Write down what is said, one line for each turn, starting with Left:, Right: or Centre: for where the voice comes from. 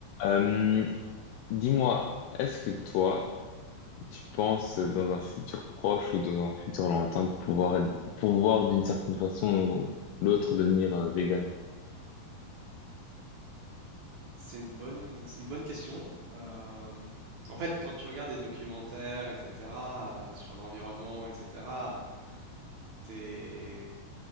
Left: Euh, dis-moi, est-ce que toi, tu penses dans un futur proche ou dans un futur lointain pouvoir pouvoir d'une certaine façon ou l'autre devenir euh, vegan?
Right: C'est une bonne, c'est une bonne question. Euh, en fait, quand tu regardes des documentaires, etc., euh, sur l'environnement, etc., t'es,